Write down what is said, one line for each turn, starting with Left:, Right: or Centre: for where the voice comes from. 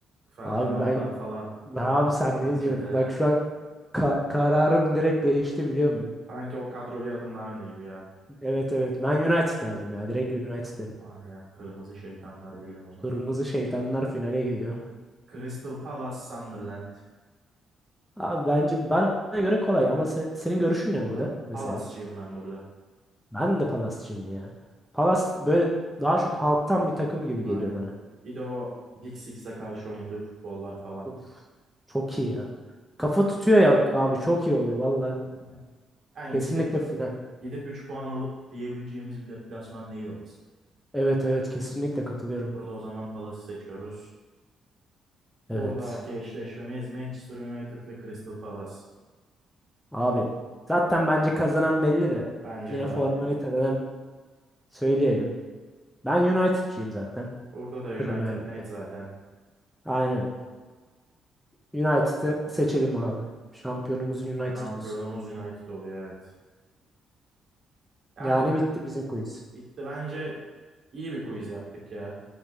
Right: Ferdinandlar
Centre: Abi ben
Right: falan. Rooney'ler
Centre: abi sen
Right: falan.
Centre: ne
Right: Çeteler.
Centre: diyorsun? Bak şu an ka- kararım direkt değişti biliyor musun?
Right: Sanki o kadro bir adım daha önde gibi ya.
Centre: Evet evet. Ben United derdim ya. Direkt United derim.
Right: Aynen. Kırmızı şeytanlar diyelim o zaman.
Centre: Kırmızı şeytanlar finale gidiyor.
Right: Crystal Palace, Sunderland.
Centre: Abi bence bana göre kolay ama se- senin görüşün
Right: Orada
Centre: ne burada mesela?
Right: Palace'çıyım ben burada.
Centre: Ben de Palas'cıyım ya. Palas böyle daha çok halktan bir takım gibi
Right: Aynen.
Centre: geliyor bana.
Right: Bir de o Big Six'e karşı oynadığı futbollar falan.
Centre: Of, çok iyi ya. Kafa tutuyor ya abi çok iyi oluyor valla.
Right: Aynen. Yani
Centre: Kesinlikle
Right: gidip
Centre: final.
Right: gidip 3 puan alıp diyebileceğimiz bir deplasman değil orası.
Centre: Evet evet kesinlikle katılıyorum.
Right: Burada o zaman Palace'ı seçiyoruz. Buradaki
Centre: Evet.
Right: eşleşmemiz Manchester United ve Crystal Palace.
Centre: Abi zaten bence kazanan belli de.
Right: Bence
Centre: Yine
Right: de
Centre: formaliteden
Right: artık.
Centre: söyleyelim. Ben United'cıyım zaten.
Right: Burada da United
Centre: Premier Lig'de.
Right: net zaten.
Centre: Aynen. United'ı seçelim abi. Şampiyonumuz United
Right: Şampiyonumuz
Centre: olsun.
Right: United oluyor evet. Yani
Centre: Yani
Right: ben,
Centre: bitti bizim quiz.
Right: bitti. Bence iyi bir quiz yaptık ya.